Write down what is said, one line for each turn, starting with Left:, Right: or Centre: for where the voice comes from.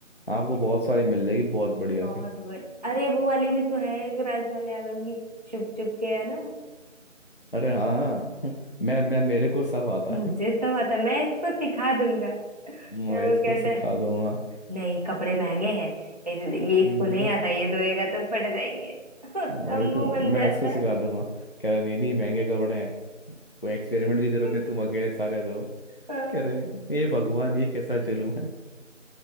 Left: आपको
Right: अरे
Left: बहुत सारी मिल जाएगी बहुत बढ़िया
Right: बहुत
Left: सी
Right: बड़ी अरे वो वाली भी तो है एक राजपाल यादव की चुप चुप के है ना
Left: अरे हाँ <laughs> मैं मैं मेरे को सब आता
Right: मुझे
Left: है
Right: सब आता है, मैं इसको सिखा दूंगा फिर
Left: मैं इसको
Right: वो कहता
Left: सिखा
Right: है
Left: दूंगा
Right: नहीं कपड़े महंगे हैं ये ये इसको
Left: हम्म, वही
Right: नहीं
Left: तो
Right: आता ये धोएगा तो फट जाएंगे <laughs> उसका
Left: वही
Right: मुंह
Left: तो
Right: बन
Left: मैं
Right: जाता
Left: इसको सिखा
Right: है
Left: दूंगा कह रहा नहीं नहीं महंगे कपड़े हैं कोई एक्सपेरिमेंट की जरूरत
Right: <laughs>
Left: नहीं तुम अकेले सारे दो
Right: हाँ।
Left: कह रहे हे भगवान ये कैसा जुल्म है